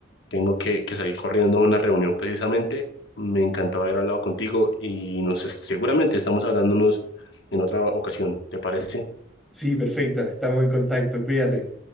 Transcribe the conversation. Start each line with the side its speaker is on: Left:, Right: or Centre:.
Left: tengo que, que salir corriendo a una reunión precisamente. Me encantó haber hablado contigo y nos, seguramente estamos hablándonos en otra ocasión. ¿Te parece?
Centre: Sí, perfecto, estamos en contacto, cuídate.